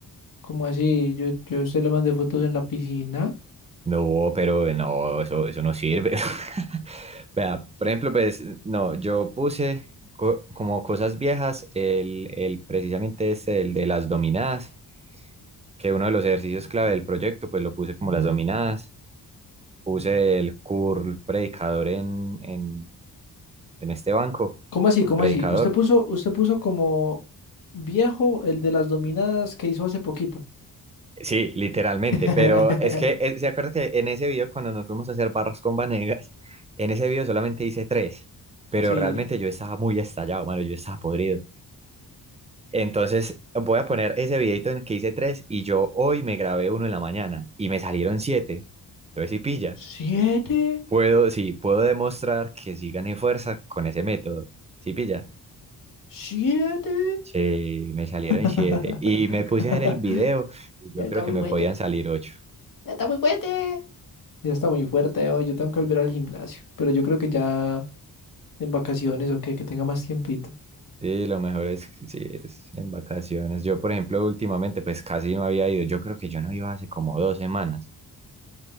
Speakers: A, on the left (about 55°); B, on the right (about 15°).
A: Como así? Yo, yo a usted le mandé fotos en la piscina.
B: No, pero no, eso, eso no sirve. <laughs> Vea, por ejemplo, pues no, yo puse co- como cosas viejas el, el precisamente este, el de las dominadas, que uno de los ejercicios clave del proyecto, pues lo puse como las dominadas, puse el curl predicador en, en, en este banco,
A: ¿Cómo así?
B: el
A: ¿Cómo
B: predicador.
A: así? Usted puso, usted puso como viejo el de las dominadas que hizo hace poquito.
B: Sí, literalmente,
A: <laughs>
B: pero es que, eh, ¿se acuerda que en ese video cuando nos fuimos a hacer barras con Vanegas, en ese video solamente hice tres, pero
A: Sí.
B: realmente yo estaba muy estallado, mano, yo estaba podrido. Entonces voy a poner ese videito en el que hice tres y yo hoy me grabé uno en la mañana y me salieron siete. Entonces sí pilla.
A: Siete,
B: Puedo, sí, puedo demostrar que sí gané fuerza con ese método. Sí pilla.
A: siete.
B: Sí, me salieron
A: <laughs>
B: siete y me puse a ver el video y
A: Ya
B: yo
A: está
B: creo
A: muy
B: que me
A: fuerte,
B: podían salir ocho.
A: ya está muy fuerte. Ya está muy fuerte hoy. Yo tengo que volver al gimnasio. Pero yo creo que ya en vacaciones o que, que tenga más tiempito.
B: Sí, lo mejor es, sí, es en vacaciones. Yo, por ejemplo, últimamente pues casi no había ido. Yo creo que yo no iba hace como dos semanas.